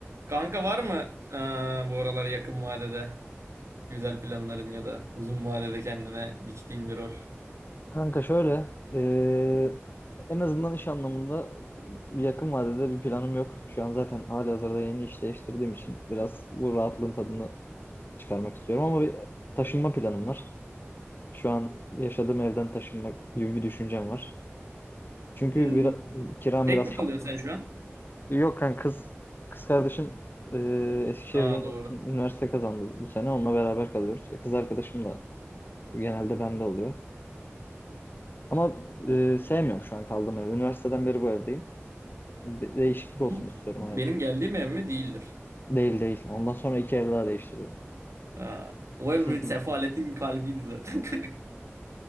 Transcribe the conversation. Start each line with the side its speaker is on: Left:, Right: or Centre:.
Right: Kanka var mı eee, bu aralar yakın vadede güzel planların ya da uzun vadede kendine biçtiğin bir rol?
Left: Kanka şöyle, eee, en azından iş anlamında bir yakın vadede bir planım yok. Şu an zaten halihazırda yeni iş değiştirdiğim için biraz bu rahatlığın tadını çıkarmak istiyorum ama bir taşınma planım var. Şu an yaşadığım evden taşınmak gibi bir düşüncem var. Çünkü
Right: Hmm,
Left: biraz, kiram
Right: Tek
Left: biraz
Right: mi kalıyorsun
Left: fa-
Right: sen şu an?
Left: Yok kanka kız kız kardeşim eee Eskişehir'de
Right: Aa doğru.
Left: ün- üniversite kazandı bu sene. Onunla beraber kalıyoruz. E, Kız arkadaşım da genelde bende oluyor. Ama eee, sevmiyorum şu an kaldığım evi. Üniversiteden beri bu evdeyim. De- değişiklik olsun
Right: Bu
Left: istiyorum
Right: Benim
Left: hayatım.
Right: geldiğim ev mi? Değildir.
Left: Değil değil. Ondan sonra iki ev daha değiştirdim.
Right: Aa, o
Left: <laughs>
Right: ev bir sefaletin kalbiydi zaten. <laughs>